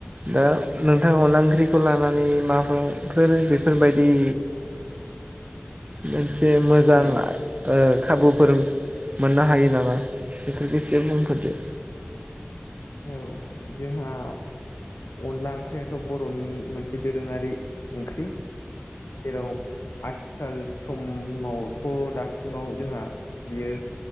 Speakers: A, on the right; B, on the left.
A: दा नोंथां अनला ओंख्रिखौ लानानै माबाफोर बेफोरबायदि।
B: <inaudible>
A: मोनसे मोजां।
B: फोरमायनो
A: खाबुफोर मोननो हायो नामा बेफोरखौ एसे बुंफोरदो।
B: औ जोंहा। अनला ओंख्रियाथ' बर'नि मोनसे दोरोङारि ओंख्रि। जेराव। आथिखाल समावथ' दासिमाव जोंहा बियो।